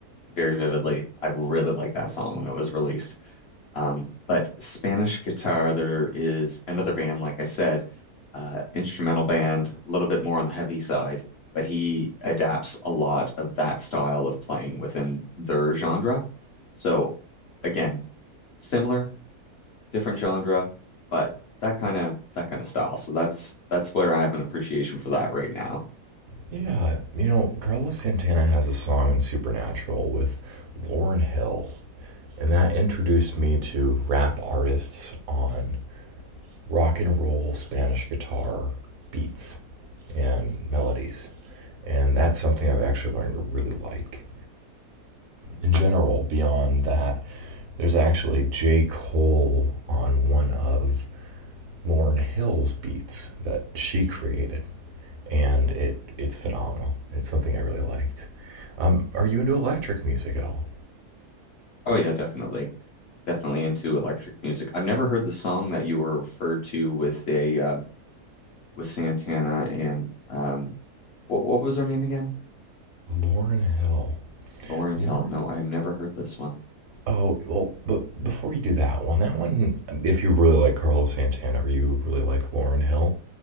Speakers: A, on the left; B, on the right.
A: very vividly. I really liked that song when it was released. Um, but Spanish guitar, there is another band, like I said, uh, instrumental band, a little bit more on the heavy side, but he adapts a lot of that style of playing within their genre. So again, similar, different genre, but that kind of that kind of style. So that's that's where I have an appreciation for that right now.
B: Yeah, you know, Carlos Santana has a song in Supernatural with Lauren Hill, and that introduced me to rap artists on rock and roll Spanish guitar beats and melodies. And that's something I've actually learned to really like. In general, beyond that, there's actually J. Cole on one of Lauren Hill's beats that she created, and it it's phenomenal. It's something I really liked. Um, are you into electric music at all?
A: Oh yeah, definitely. Definitely into electric music. I've never heard the song that you were referred to with a uh, with Santana and um What what was her name again?
B: Lauren Hill.
A: Lauren Hill.
B: Lauren?
A: No, I have never heard this one.
B: Oh, well, but before you do that one, that one, if you really like Carlos Santana or you really like Lauren Hill,